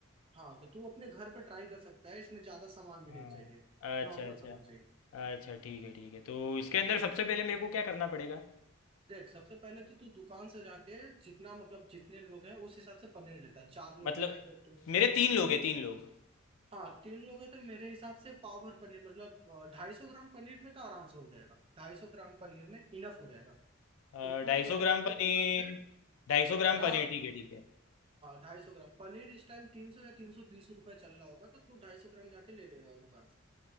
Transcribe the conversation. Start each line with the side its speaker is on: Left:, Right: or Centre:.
Right: हाँ तो तू अपने घर पे ट्राई कर सकता है इसमें ज्यादा सामान भी
Left: हाँ,
Right: नहीं चाहिए
Left: अच्छा
Right: नॉर्मल
Left: अच्छा
Right: सामान चाहिए
Left: अच्छा ठीक है ठीक है तो इसके अंदर सबसे पहले मेरे को क्या करना पड़ेगा
Right: देख सबसे पहले तो तू दुकान से जाके जितना मतलब जितने लोग हैं उस हिसाब से पनीर लेता है चार लोग
Left: मतलब
Right: हैं तो तू
Left: मेरे तीन लोग हैं तीन लोग
Right: हाँ तीन लोग हैं तो मेरे हिसाब से पाव भर पनीर मतलब ढाई सौ ग्राम पनीर में तो आराम से हो जाएगा ढाई सौ ग्राम पनीर में इनफ हो जाएगा
Left: अ,
Right: तो तू
Left: ढाई
Right: पहले
Left: सौ ग्राम
Right: जाके
Left: पनीर
Right: दुकान से
Left: ढाई सौ
Right: तेरा
Left: ग्राम पनीर ठीक है ठीक है
Right: ढाई सौ ग्राम पनीर इस टाइम तीन सौ या तीन सौ बीस रुपये चल रहा होगा तो तू ढाई सौ ग्राम जाके ले लेगा दुकान से